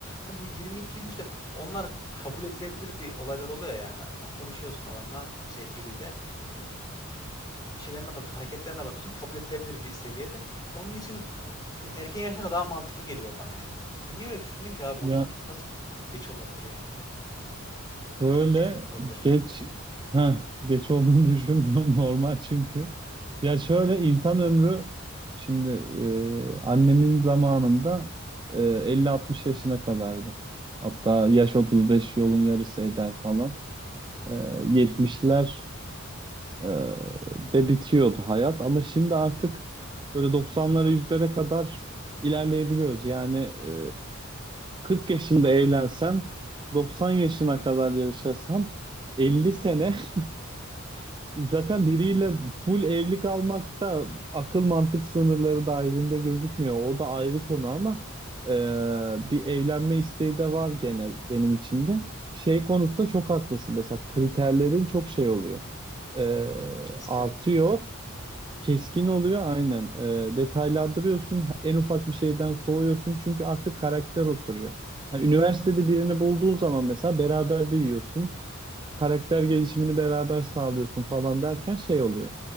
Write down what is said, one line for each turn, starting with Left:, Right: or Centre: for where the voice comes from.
Left: Hani bu 22-23'te onlar kabul edilebilir bir olaylar oluyor ya. Konuşuyorsun adamla şey biriyle. Hani şeylerine bakıyorsun, hareketlerine bakıyorsun. Kabul edilebilir bir seviyede. Onun için erken yaşlara daha mantıklı geliyor bana ya. Sen niye öyle düşündün ki abi? 30
Right: Ya
Left: nasıl geç olabilir yani?
Right: şöyle
Left: Erken, erken olabilir.
Right: geç ha geç olduğunu <laughs> düşünmüyorum normal çünkü. Ya şöyle insan ömrü şimdi e, annemin zamanında e, 50-60 yaşına kadardı. Hatta yaş 35 yolun yarısı eder falan. e, 70'ler e, de bitiyordu hayat ama şimdi artık böyle 90'lara yüzlere kadar ilerleyebiliyoruz. Yani e, 40 yaşında evlensem 90 yaşına kadar yaşasam 50 sene <laughs> zaten biriyle full evlilik almak da akıl mantık sınırları dahilinde gözükmüyor. O da ayrı konu ama e, bir evlenme isteği de var gene benim içimde. Şey konusunda çok haklısın. Mesela kriterlerin çok şey oluyor e,
Left: Keskin
Right: artıyor.
Left: oluyor.
Right: Keskin oluyor aynen. E, detaylandırıyorsun. En ufak bir şeyden soğuyorsun. Çünkü artık karakter oturuyor. Yani üniversitede birini bulduğun zaman mesela beraber büyüyorsun. Karakter gelişimini beraber sağlıyorsun falan derken şey oluyor